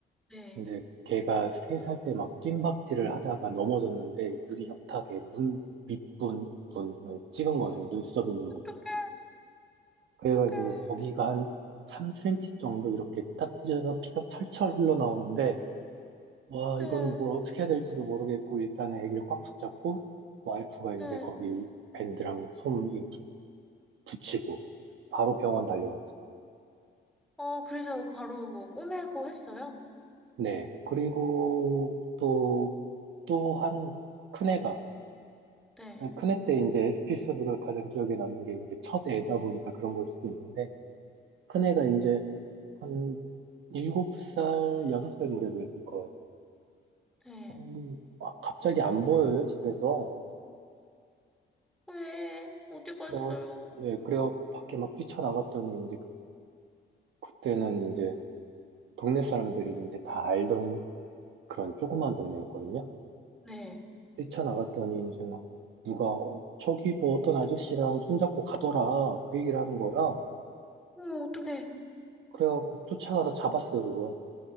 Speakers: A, in the centre; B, on the right (about 75°).
A: 네.
B: 근데 걔가 세 살 때 막 뜀박질을 하다가 넘어졌는데 유리 협탁에 눈 밑부분을 찍은 거예요. 눈썹 있는 부분.
A: 어떡해,
B: 그래가지고
A: 어떡해.
B: 거기가 한 3cm 정도 이렇게 딱 찢어져서 피가 철철 흘러나오는데 와,
A: 네,
B: 이거는 뭘 어떻게 해야 될지도 모르겠고, 일단은 애기를 꽉 붙잡고, 와이프가
A: 네.
B: 이제 거기 밴드랑 솜 이- 붙이고, 바로 병원 달려왔죠.
A: 어, 그래서 바로 뭐 꼬매고 했어요?
B: 네. 그리고 또, 또 한 큰애가,
A: 네,
B: 큰애 때 이제 에피소드가 가장 기억에 남는 게 이제 첫 애다 보니까 그런 걸 수도 있는데, 큰애가 이제 한 7살, 6살 무렵이었을 거예요.
A: 네.
B: 음, 아, 갑자기 안 보여요, 집에서.
A: 왜? 어디 갔어요?
B: 그래가 네, 그래갖고 밖에 막 뛰쳐나갔더니 이제 그때는 이제 동네 사람들이 이제 다 알던 그런 조그만 동네였거든요.
A: 네.
B: 뛰쳐나갔더니 이제 막 누가 어, 저기 뭐 어떤 아저씨랑 손잡고 가더라 그 얘기를 하는 거야.
A: 어, 어떡해.
B: 그래갖고 쫓아가서 잡았어요 그걸.